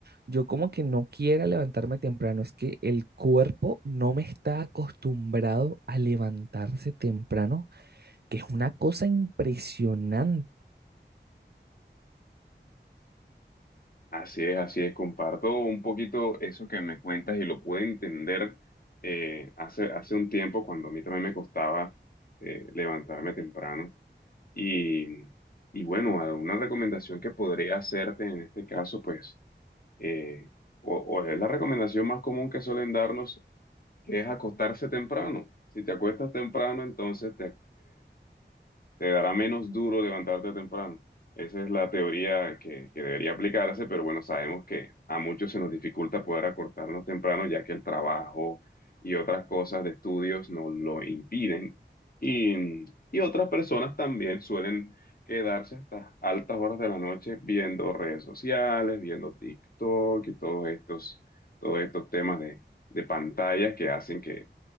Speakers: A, on the right; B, on the left.
A: yo como que no quiera levantarme temprano, es que el cuerpo no me está acostumbrado a levantarse temprano, que es una cosa impresionante.
B: Así es, así es. Comparto un poquito eso que me cuentas y lo pude entender eh, hace, hace un tiempo cuando a mí también me costaba eh, levantarme temprano. Y, y bueno, una recomendación que podría hacerte en este caso, pues, eh, o, o es la recomendación más común que suelen darnos, que es acostarse temprano. Si te acuestas temprano, entonces te dará menos duro levantarte temprano. Esa es la teoría que, que debería aplicarse, pero bueno, sabemos que a muchos se nos dificulta poder acortarnos temprano, ya que el trabajo y otras cosas de estudios nos lo impiden. Y, y otras personas también suelen quedarse hasta altas horas de la noche viendo redes sociales, viendo TikTok y todos estos, todos estos temas de, de pantallas que hacen que